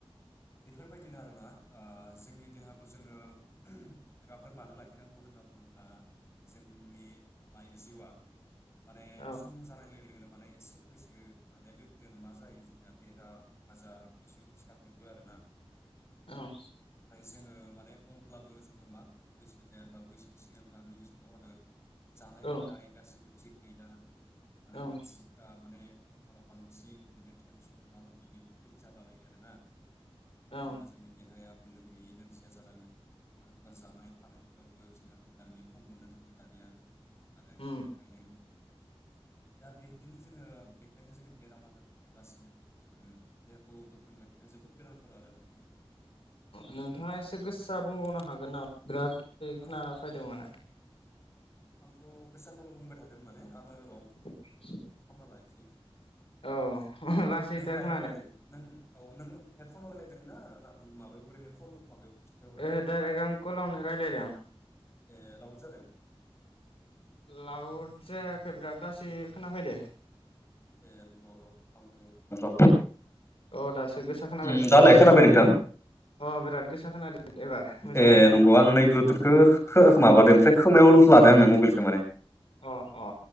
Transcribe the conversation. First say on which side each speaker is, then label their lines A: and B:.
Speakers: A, on the left; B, on the left.
A: बेफोरबायदिनो आरोना ओ जोंनि देहाखौ जोङो राफोर मानो लाखि नांगौ होनना बुङोबा बा जोंनि लाइ जिउआ माने
B: औ
A: सम जानाय लोगो लोगोनो माने एसे बैसो जोनोमा जायो जोंनिया बेराम आजार बेजों साग्लोबबो आरोना
B: औ
A: <unintelligible> जोङो मा बैसो जाया जब्लाबोैसे सिगां दानि इस्थ आरो जानाय
B: औ
A: लोंनाय गासिबो थिग गैला माने
B: औ
A: मानसिकथा माने आंखालाव बांसिन बिदिनो टेनसन माबा मि बेफोरबायदि जालाबायो आरोना
B: औ
A: माने जोंनि देहाया नो गैयै नोरजिया जालाङो मानो होनबा जानाय थानाय फोरावबो जोंहा बितामिन खम मोननो दानिया आरो
B: उम
A: बेखायनो दा बिदिनो जोङो बेखायनो जो बेराम आजारनिफ्राय बासिनो थाखाय जोङो देहाखौ गोख्रों लाखिनाया जोबोद गोनांथार आरो नोंथां।
B: नोंथाङा एसे गोस्सा बुंबावनो हागोन नामा बिराद सै
A: आङो
B: खोना फैदों माने
A: आंथ' गोसाखौनो बुंबाय थादों माने आङो
B: <unintelligible>
A: खालायसै
B: औ लासैथार
A: नोङो मायाव
B: खोनादों
A: रायलायदों? नों औ नों हेडफनाव रायलाय दोंना ना माबायाव ओरैनो कल माबायाव स्पिकाराव रायलायदों
B: ओ डाइरेक्ट आं कलावनो रायलायदों।
A: ए लावद जादों?
B: लाउड जायाखै बिराद लासै खोनाफैदो।
A: ए नोंग' र' आंबो र'
B: अ दासो गोसा खोनाबाय
A: उम दालाय खोनाबाय नोंथां?
B: अ बिराद गोसा खोनादों। एबार मोजाङै
A: ए नंग' आं नै ब्लुथुथखौ माबादों ओमफ्राय खोमायाव लादो आङो मबेलखो माने।
B: अ अ